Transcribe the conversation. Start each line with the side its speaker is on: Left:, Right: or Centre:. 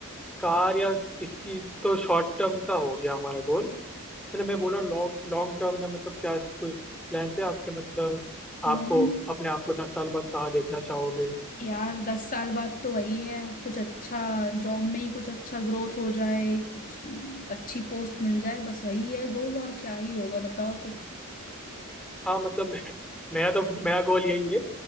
Centre: कार या इसकी तो शॉर्ट टर्म का हो गया हमारा गोल मतलब मैं बोल रहा हूँ लॉन्ग लॉन्ग टर्म में मतलब क्या कुछ प्लान है आपके मतलब
Left: लॉन्ग
Centre: आपको अपने आप को दस साल बाद कहाँ देखना चाहोगे
Left: यार दस साल बाद तो वही है कुछ अच्छा जॉब में ही कुछ अच्छा ग्रोथ हो जाए कुछ अच्छी पोस्ट मिल जाए बस वही है गोल और क्या ही होगा बताओ तो
Centre: हाँ मतलब मैं, मेरा तो मेरा गोल यही है